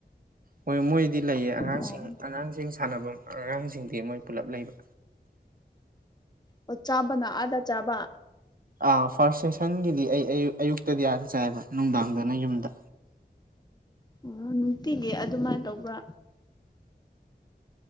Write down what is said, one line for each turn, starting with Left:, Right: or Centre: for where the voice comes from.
Right: ꯍꯣꯏ ꯃꯣꯏꯗꯤ ꯂꯩꯌꯦ ꯑꯉꯥꯡꯁꯤꯡ
Left: ꯑꯣ
Right: ꯑꯉꯥꯡꯁꯤꯡ ꯁꯥꯟꯅꯐꯝ ꯑꯉꯥꯡꯁꯤꯡꯗꯤ ꯃꯣꯏ ꯄꯨꯂꯞ ꯂꯩꯕ
Left: ꯑꯣ ꯆꯥꯕꯅ ꯑꯥꯗ ꯆꯥꯕ
Right: ꯑ ꯐꯥꯔꯁ ꯁꯦꯁꯟꯒꯤꯗꯤ ꯑꯩ ꯑꯛ ꯑꯌꯨꯛꯇꯗꯤ ꯑꯥꯅ ꯆꯥꯏꯕ ꯅꯨꯡꯗꯥꯡꯗꯅ ꯌꯨꯝꯗ
Left: ꯑꯣ ꯅꯨꯡꯇꯤꯒꯤ ꯑꯗꯨꯃꯥꯏꯅ ꯇꯧꯕ꯭ꯔꯥ